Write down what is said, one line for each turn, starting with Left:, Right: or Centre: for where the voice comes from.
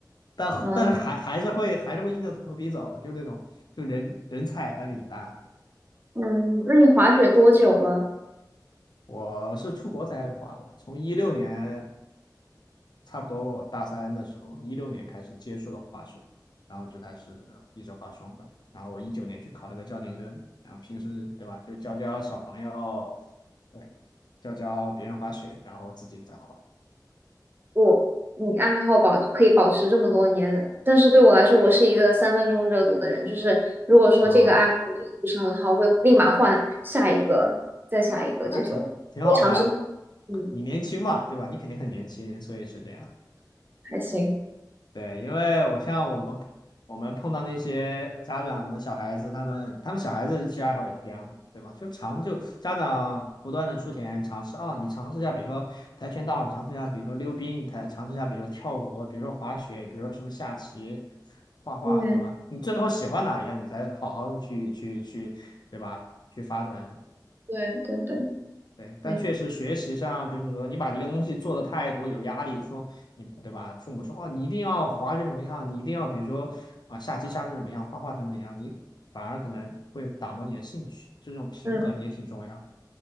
Left: 但但是还还是会还是会硬着头皮走，
Right: 嗯
Left: 就那种就人人菜，但是瘾大。对，
Right: 嗯，那你滑雪多久了？
Left: 我是出国才开始滑的，从一六年。差不多我大三的时候，一六年开始接触了滑雪，然后就开始一直滑双板。然后我一九年去考了个教练证，然后平时对吧，就教教小朋友，对，教教别人滑雪，然后自己也在滑
Right: 我你爱好保可以保持这么多年，但是对我来说，我是一个三分钟热度的人，就是如果说这个爱好做得不是很好，
Left: 啊，
Right: 会立马换下一个，再下一个这种，
Left: 那挺挺好的呀。
Right: 会尝试，嗯，
Left: 你年轻嘛，对吧？你肯定很年轻，所以是这样。
Right: 还行，
Left: 对，因为我像我们我们碰到那些家长的小孩子，他们他们小孩子其实爱好也是这样的嘛，对吧？就尝就家长不断的出钱尝试啊、你尝试一下，比如说跆拳道，你尝试一下，比如说溜冰，你才尝试一下，比如说跳舞，比如说滑雪，比如说什么下棋、画画，
Right: 嗯，
Left: 对吧？你最后喜欢哪一样，你才好好的去去去，对吧？去发展。
Right: 对对对，
Left: 对，但确实学习上，
Right: 嗯
Left: 就是说你把一个东西做的太多，有压力，说你对吧？父母说哦，你一定要滑成什么样，你一定要比如说啊，下棋下成什么样，画画成什么样，你反而可能会打磨你的兴趣，这种平衡也挺重要。
Right: 嗯，